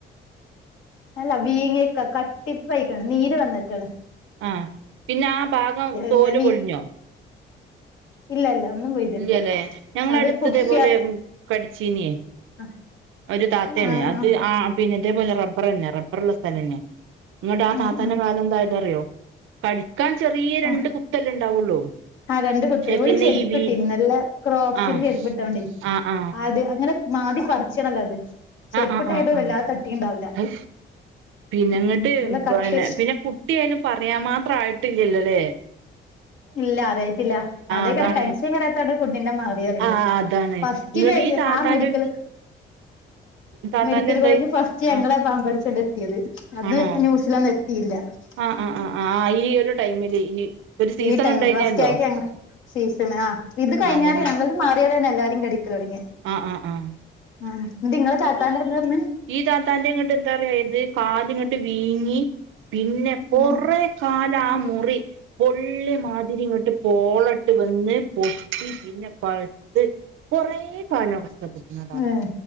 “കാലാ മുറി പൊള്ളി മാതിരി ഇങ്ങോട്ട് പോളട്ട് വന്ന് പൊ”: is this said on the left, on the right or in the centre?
Right